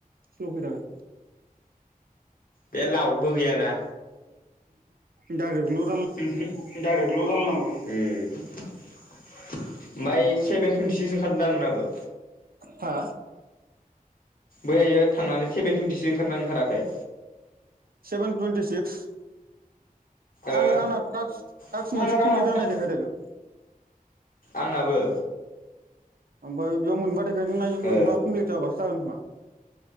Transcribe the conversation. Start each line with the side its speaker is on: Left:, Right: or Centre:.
Right: स्ल फैद आरो।
Left: बे लाउटबो गैयाना।
Right: दायरेकल।
Left: <unintelligible> <unintelligible> ओमफ्राय सेभेन तुएनटि सिक्स ओं खारदो दा नोंनाबो?
Right: हा
Left: बैहायो थांनानै सेभेन टुइनटिसो ओंखारदोना ओंखाराखै?
Right: Seven twenty six.
Left: ओ
Right: आङो आंना टास्क टास्क
Left: आङो
Right: मोनसे कमप्लिट
Left: आंना
Right: जानाय
Left: दा
Right: देखायदों।
Left: आंनाबो।
Right: आोमफाय बेयाव मोनबा दे <unintelligible>
Left: ओ
Right: मोनबा कमल्पित जाबासो जागोन खोमा।